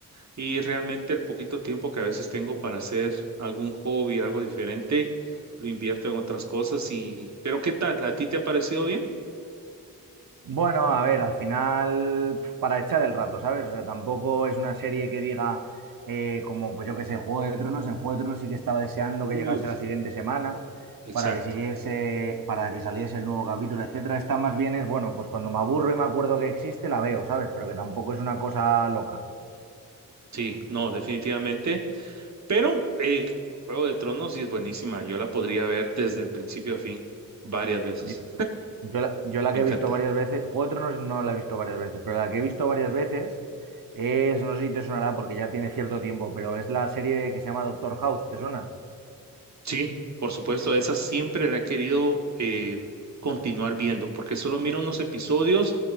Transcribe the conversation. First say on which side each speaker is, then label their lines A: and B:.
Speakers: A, on the right (about 55°); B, on the right (about 75°).
A: y realmente el poquito tiempo que a veces tengo para hacer algún hobby, algo diferente, lo invierto en otras cosas y... Pero ¿qué tal? ¿A ti te ha parecido bien?
B: Bueno, a ver, al final, pf, para echar el rato, ¿sabes? O sea, tampoco es una serie que diga, eh, como, pues yo que sé, Juego de Tronos. En Juego de Tronos sí que estaba deseando que
A: Uf,
B: llegase la siguiente semana
A: exacto.
B: para que siguiese, para que saliese el nuevo capítulo, etcétera. Esta más bien es, bueno, pues cuando me aburro y me acuerdo que existe, la veo, ¿sabes? Pero que tampoco es una cosa loca.
A: Sí, no, definitivamente. Pero eh, Juego de Tronos sí es buenísima. Yo la podría ver desde el principio a fin varias veces.
B: Yo yo la, yo la
A: Me
B: que
A: encanta.
B: he visto varias veces, Juego de Tronos no la he visto varias veces, pero la que he visto varias veces es, no sé si te sonará porque ya tiene cierto tiempo, pero es la serie que se llama Doctor House, ¿te suena?
A: Sí, por supuesto, esa siempre la he querido eh, continuar viendo, porque solo miro unos episodios